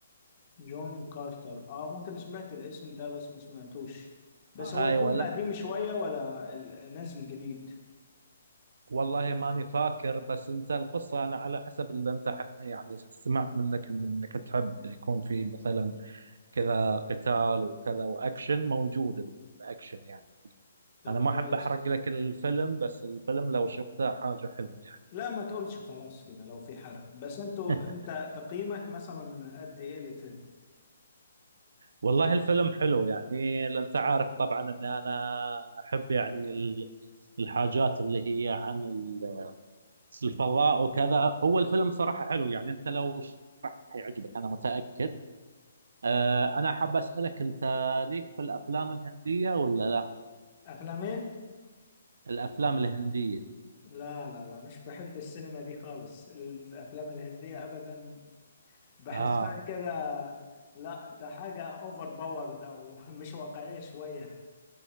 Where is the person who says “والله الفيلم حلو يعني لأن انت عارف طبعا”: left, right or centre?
Right